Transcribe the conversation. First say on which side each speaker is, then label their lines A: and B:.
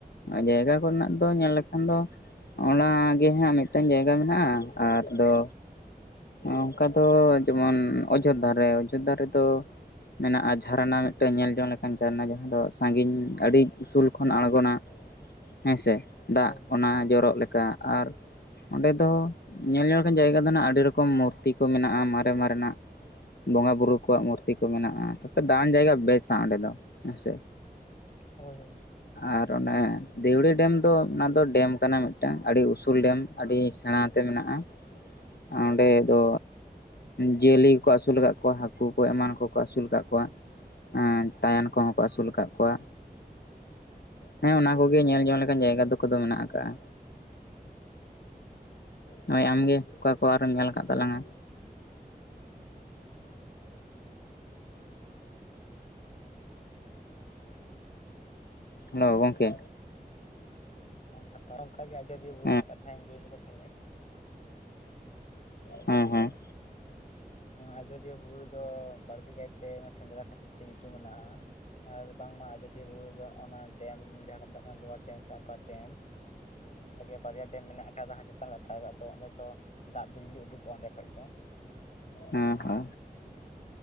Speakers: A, on the left; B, on the left.
A: ᱡᱟᱭᱜᱟ ᱠᱚᱨᱮᱱᱟᱜ ᱫᱚ ᱧᱮᱞ ᱞᱮᱠᱷᱟᱱ ᱫᱚ ᱚᱱᱟᱻᱜᱮ ᱦᱟᱸᱜ ᱢᱤᱫᱴᱟᱝ ᱡᱟᱭᱜᱟ ᱢᱮᱱᱟᱜᱼᱟ ᱟᱨᱫᱚ ᱚᱱᱠᱟ ᱫᱚ ᱡᱮᱢᱚᱱ ᱚᱡᱳᱫᱫᱟ ᱨᱮ ᱚᱡᱳᱫᱫᱟ ᱨᱮᱫᱚ ᱢᱮᱱᱟᱜᱼᱟ ᱡᱷᱟᱨᱱᱟ ᱢᱤᱫᱴᱟᱝ ᱧᱮᱞ ᱡᱚᱝ ᱞᱮᱠᱟᱱ ᱡᱷᱟᱨᱱᱟ ᱡᱟᱦᱟᱸ ᱫᱚ ᱥᱟᱺᱜᱤᱧ ᱟᱹᱰᱤᱡ ᱩᱥᱩᱞ ᱠᱷᱚᱱ ᱟᱬᱜᱚᱱᱟ᱾ ᱦᱮᱸᱥᱮ ᱫᱟᱜ
B: ᱦᱳᱭ ᱦᱳᱭ
A: ᱚᱱᱟ ᱡᱚᱨᱚᱜ ᱞᱮᱠᱟ ᱟᱨ ᱚᱸᱰᱮ ᱫᱚ ᱧᱮᱞ ᱡᱚᱝ ᱞᱮᱠᱟᱱ ᱡᱟᱭᱜᱟ ᱫᱚ ᱱᱟᱜ ᱟᱹᱰᱤ ᱨᱚᱠᱚᱢ ᱢᱩᱨᱛᱤ ᱠᱚ ᱢᱮᱱᱟᱜᱼᱟ ᱢᱟᱨᱮ ᱢᱟᱨᱮᱱᱟᱜ᱾ ᱵᱚᱸᱜᱟ ᱵᱩᱨᱩ ᱠᱚᱣᱟᱜ ᱢᱩᱨᱛᱤ ᱠᱚ ᱢᱮᱱᱟᱜᱼᱟ ᱛᱟᱯᱮ ᱫᱟᱬᱟᱱ ᱡᱟᱭᱜᱟ ᱵᱮᱥᱟ ᱚᱸᱰᱮ ᱫᱚ ᱦᱮᱸ ᱥᱮ᱾
B: ᱦᱳᱭ ᱦᱳᱭ
A: ᱟᱨ ᱚᱱᱮ ᱫᱤᱣᱲᱤ ᱰᱮᱢ ᱫᱚ ᱚᱱᱟ ᱫᱚ ᱰᱮᱢ ᱠᱟᱱᱟ ᱢᱤᱫᱴᱟᱝ ᱟᱹᱰᱤ ᱩᱥᱩᱞ ᱰᱮᱢ ᱟᱹᱰᱤ ᱥᱮᱬᱟ ᱛᱮ ᱢᱮᱱᱟᱜᱼᱟ ᱚᱸᱰᱮ ᱫᱚ ᱡᱤᱭᱟᱹᱞᱤ ᱟᱹᱥᱩᱞ ᱟᱠᱟᱜ ᱠᱚᱣᱟ ᱦᱟᱠᱩ ᱠᱚ ᱮᱢᱟᱱ ᱠᱚᱠᱚ ᱟᱹᱥᱩᱞ ᱠᱟᱜ ᱠᱚᱣᱟ᱾ ᱟᱸᱛᱟᱭᱟᱱ ᱠᱚᱦᱚᱸ ᱠᱚ ᱟᱹᱥᱩᱞ ᱠᱟᱜ ᱠᱚᱣᱟ᱾ ᱦᱮᱸ ᱚᱱᱟ ᱠᱚᱜᱮ ᱧᱮᱞ ᱡᱚᱝ ᱞᱮᱠᱟᱱ ᱡᱟᱭᱜᱟ ᱫᱚᱠᱚᱫᱚ ᱢᱮᱱᱟᱜ ᱟᱠᱟᱜ-ᱟ᱾ ᱦᱩᱸᱼᱦᱚᱭ ᱟᱢᱜᱮ ᱚᱠᱟ ᱠᱚ ᱟᱨᱮᱢ ᱧᱮᱞ ᱟᱠᱟᱫ ᱛᱟᱞᱟᱝᱟ? ᱦᱮᱞᱳ ᱜᱚᱝᱠᱮ
B: ᱮᱸ ᱯᱟᱨᱚᱢ ᱠᱟᱜ ᱟᱡᱚᱫᱤᱭᱟᱹ ᱵᱩᱨᱩ
A: ᱦᱮᱸ ᱦᱮᱸ ᱦᱮᱸ ᱦᱮᱸ ᱦᱮᱸ ᱦᱮᱸ ᱦᱮᱸ ᱦᱮᱸ ᱦᱮᱸ ᱦᱮᱸ ᱦᱮᱸ ᱦᱮᱸ ᱦᱩᱸ ᱦᱩᱸ
B: ᱨᱮᱱᱟᱜ ᱠᱟᱛᱷᱟᱧ ᱞᱟᱹᱭ ᱞᱮᱜᱮ ᱛᱟᱞᱦᱮ᱾
A: ᱦᱮᱸ- ᱦᱮᱸ
B: ᱟᱡᱚᱫᱤᱭᱟᱹ ᱵᱩᱨᱩ ᱨᱮᱫᱚ ᱵᱟᱹᱲᱛᱤ ᱠᱟᱭᱛᱮ ᱥᱮᱸᱫᱽᱨᱟ ᱠᱷᱟᱹᱛᱤᱨ ᱛᱮ ᱧᱩᱛᱩᱢ ᱢᱮᱱᱟᱜ - ᱟ᱾ ᱟᱨ ᱵᱟᱝᱢᱟ ᱟᱡᱳᱫᱤᱭᱟᱹ ᱵᱩᱨᱩ ᱨᱮ ᱫᱚ ᱚᱱᱟ ᱰᱮᱢ ᱡᱟᱦᱟᱸ ᱠᱚ ᱢᱮᱛᱟᱜ ᱠᱟᱱᱟ ᱞᱳᱣᱟᱨ ᱰᱮᱢ ᱥᱮ ᱟᱯᱟᱨ ᱰᱮᱢ ᱦᱮᱸᱱᱟᱜ, ᱚᱝᱠᱟ ᱜᱮ ᱵᱟᱨᱭᱟ ᱰᱮᱢ ᱢᱮᱱᱟᱜ ᱠᱟᱫᱟ ᱪᱮᱛᱟᱱ ᱞᱟᱛᱟᱨ ᱟᱫᱚ ᱚᱸᱰᱮ ᱫᱚ ᱫᱟᱜ ᱵᱤᱡᱽᱞᱤ ᱩᱰᱩᱠᱚᱜᱼᱟ ᱚᱸᱰᱮ ᱠᱷᱚᱡ ᱫᱚ,
A: ᱦᱮᱸ ᱟ